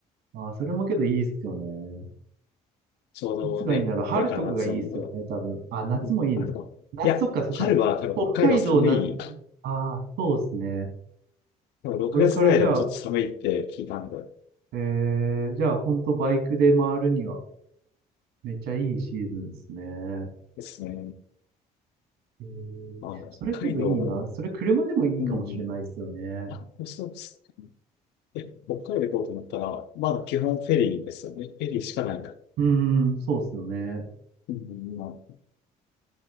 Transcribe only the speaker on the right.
ーあー、それもけどいいっすよね。
いつがいいんだろう。春とかがいいっすよね、
多分。あ、夏もいいのか。
夏、そっか、そっか。
北海道、夏、ああ、そうっすね。
これからじゃあ、えー、じゃあ、ほんとバイクで回るには、めっちゃいいシーズンっすね。
えー、
それけどいいな。
それ車でもいいかもしれないっすよね。
うーん、そうっすよね。